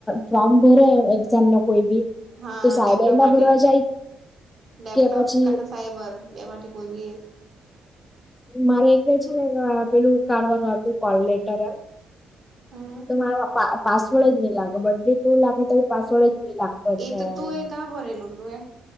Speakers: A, on the left; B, on the right.
A: ફોર્મ ભરે એક્ઝામ ન કોઈ બી
B: હા
A: તો સાયબરમાં
B: લેપટોપ માટે
A: ભરવા જાય
B: લેપટોપ
A: કે પછી
B: કાતા સાયબર એ માટે કોઈ બી એક
A: મારે એક ક છે ને પેલું ઉકાડવાનું હતું કોલ લેટર એમ
B: હમ
A: તો મારો પા પાસવર્ડ જ નહી લાગે બધું પૂરી લાખું તો બી પાસવર્ડ જ નહી લાગતો છે
B: એ તો
A: એમ
B: તું એ કા ભરેલું તુંયે